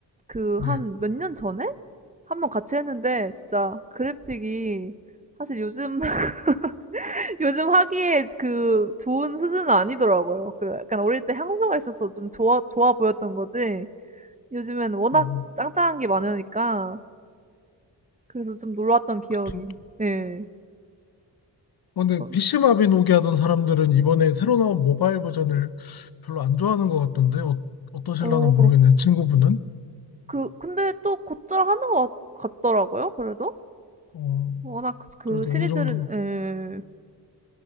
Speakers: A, on the right; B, on the left.
A: 그
B: 네.
A: 한 몇 년 전에 한 번 같이 했는데 진짜 그래픽이 사실 요즘 <laughs> 요즘 하기에 그 좋은 수준은 아니더라고요. 그 약간 어릴 때 향수가 있어서 좀 좋아 좋아 보였던 거지. 요즘엔 워낙
B: 음,
A: 짱짱한 게 많으니까 그래서 좀 놀랐던 기억이.
B: 그쵸.
A: 예.
B: 어, 근데
A: 그-
B: PC 마비노기 하던 사람들은 이번에 새로 나온 모바일 버전을 별로 안 좋아하는 것 같던데 어, 어떠실라나
A: 어,
B: 모르겠네. 친구분은
A: 그 근데 또 곧잘 하는 것 같, 더라고요 그래도
B: 어,
A: 워낙 그
B: 그래도
A: 시리즈를
B: 어느 정도
A: 예.